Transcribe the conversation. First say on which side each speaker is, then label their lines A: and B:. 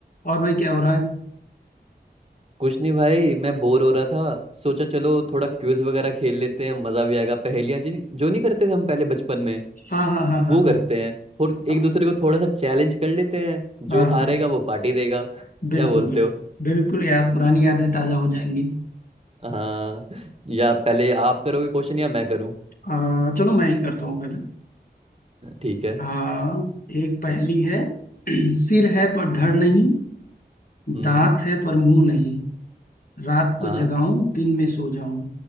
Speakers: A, on the left; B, on the right.
A: और भाई क्या हो रहा है
B: कुछ नहीं भाई मैं बोर हो रहा था सोचा चलो थोड़ा क्विज वगैरह खेल लेते हैं मजा भी आएगा पहेलियां जिन जो नहीं करते थे हम पहले बचपन में
A: हाँ हाँ हाँ हाँ
B: वो करते हैं और एक
A: हाँ
B: दूसरे को थोड़ा सा चैलेंज कर लेते हैं
A: हाँ
B: जो
A: हाँ हाँ,
B: हारेगा वो पार्टी देगा <laughs>
A: बिल्कुल
B: क्या बोलते
A: बिल्कुल
B: हो
A: बिल्कुल यार पुरानी यादें ताजा हो जाएंगी
B: हाँ या पहले आप करोगे क्वेश्चन या मैं करूँ
A: आ, चलो मैं ही करता हूँ पहले
B: ठीक है
A: हाँ एक पहेली है <clears throat> सिर है पर
B: हम्म
A: धड़ नहीं
B: हम्म,
A: दांत है पर मुंह नहीं रात को
B: हाँ
A: जगाऊं दिन में सो जाऊं